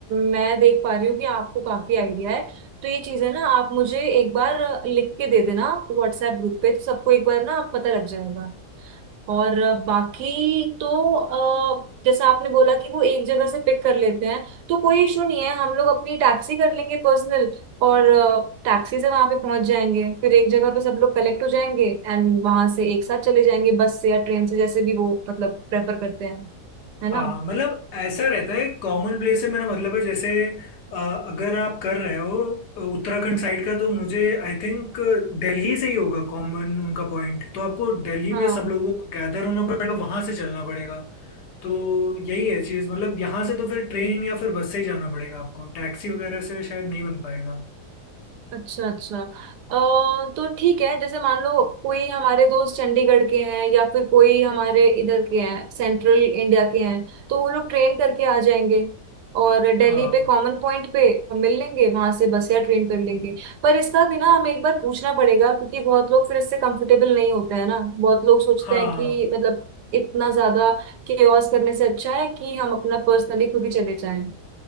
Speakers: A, on the right; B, on the left.
A: मैं देख पा रही हूँ कि आपको काफी आइडिया है तो ये चीजें ना आप मुझे एक बार लिख के दे देना व्हाट्सएप ग्रुप पे तो सबको एक बार ना पता लग जाएगा और अ, बाकी तो अ, जैसे आपने बोला कि वो एक जगह से पिक कर लेते हैं तो कोई इशू नहीं है हम लोग अपनी टैक्सी कर लेंगे पर्सनल और टैक्सी से वहां पे पहुंच जाएंगे फिर एक जगह पे सब लोग कलेक्ट हो जाएंगे एंड वहां से एक साथ चले जाएंगे बस से या ट्रेन से जैसे भी वो मतलब प्रेफर करते हैं है ना
B: हाँ मतलब ऐसा रहता है कॉमन प्लेस से मेरा मतलब है जैसे अ, अगर आप कर रहे हो अ, उत्तराखंड साइड का तो मुझे आई थिंक दिल्ली से ही होगा कॉमन उनका पॉइंट तो आपको दिल्ली
A: हाँ
B: पे सब लोगों को गैदर होना पड़ेगा वहां से चलना पड़ेगा तो यही है चीज़ मतलब यहाँ से तो फिर ट्रेन या फिर बस से ही जाना पड़ेगा आपको टैक्सी वगैरह से शायद नहीं बन पाएगा
A: अच्छा अच्छा अ, तो ठीक है जैसे मान लो कोई हमारे दोस्त चंडीगढ़ के हैं या फिर कोई हमारे इधर के हैं सेंट्रल इंडिया के हैं तो वो लोग ट्रेन करके आ जाएंगे और दिल्ली
B: हाँ
A: पे कॉमन पॉइंट पे हम मिल लेंगे वहां से बस या ट्रेन कर लेंगे पर इसका भी ना हमें एक बार पूछना पड़ेगा क्योंकि बहुत लोग फिर इससे कंफर्टेबल नहीं होते हैं ना बहुत लोग सोचते
B: हाँ
A: हैं कि
B: हाँ
A: मतलब इतना ज्यादा केओस करने से अच्छा है कि हम अपना पर्सनली खुद ही चले जाएं